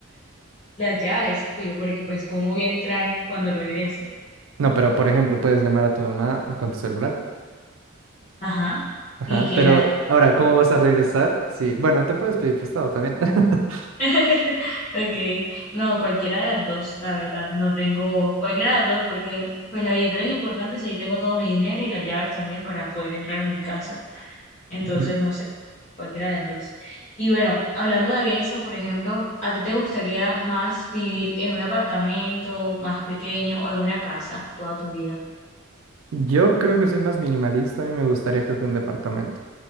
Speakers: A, on the left; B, on the right.
A: Las llaves, obvio, porque pues cómo voy a entrar cuando regrese.
B: No, pero por ejemplo, puedes llamar a tu mamá con tu celular.
A: Ajá.
B: Ajá,
A: Y que
B: pero
A: la...
B: ahora, ¿cómo vas a regresar? Sí, bueno, te puedes pedir prestado también. <laughs>
A: <laughs> okay No, cualquiera de las dos, la verdad. No tengo... Cualquiera de las dos, porque pues la billetera es importante si ahí tengo todo mi dinero y las llaves también para poder entrar en mi casa. Entonces,
B: Ujú.
A: no sé, cualquiera de las dos. Y bueno, hablando de eso, por ejemplo, ¿a ti te gustaría más vivir en un apartamento más pequeño o en una casa toda tu vida?
B: Yo creo que soy más minimalista, a mí me gustaría creo que un departamento.